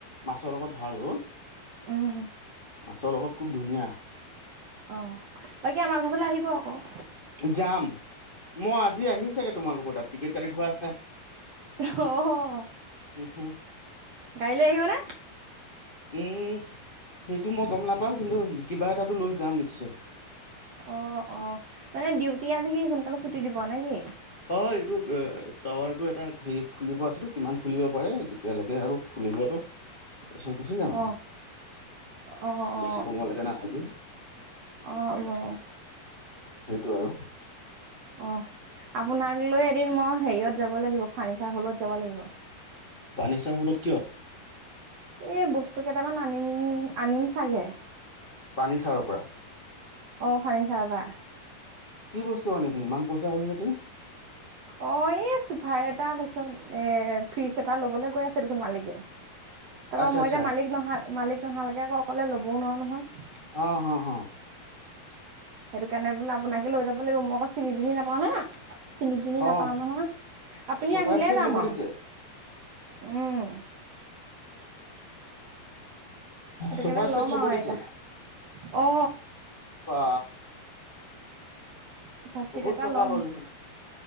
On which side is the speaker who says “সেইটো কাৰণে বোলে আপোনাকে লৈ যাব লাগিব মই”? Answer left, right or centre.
Right